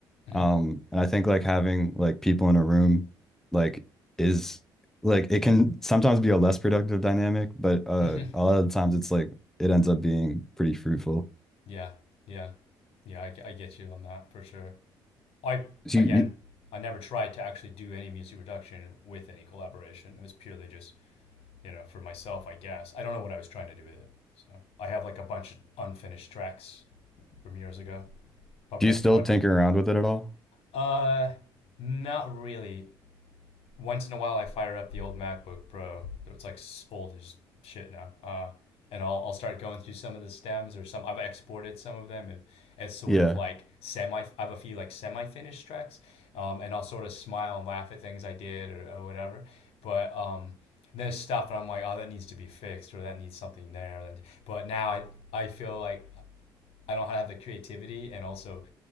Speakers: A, on the left; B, in the centre.
A: mm-hmm,
B: Um, and I think like having like people in a room, like is like it can sometimes be a less productive dynamic, but uh,
A: hmm
B: a lot of the times it's like it ends up being pretty fruitful.
A: <laughs> yeah, yeah, yeah. I, I get you on that for sure. I
B: Do
A: again,
B: you, you
A: I never tried to actually do any music production with any collaboration. It was purely just you know for myself, I guess. I don't know what I was trying to do with it. So I have like a bunch of unfinished tracks from years ago, probably
B: do you
A: like
B: still
A: 20,
B: tinker around with it at all?
A: Uh, not really. Once in a while, I fire up the old MacBook Pro. It's like old as shit now. Uh, and I'll, I'll start going through some of the stems or some. I've exported some of them as sort
B: Yeah,
A: of like semi. I have a few like semi-finished tracks, um, and I'll sort of smile and laugh at things I did or, or whatever. But um, there's stuff and I'm like, oh, that needs to be fixed or that needs something there. And but now I I feel like I don't have the creativity, and also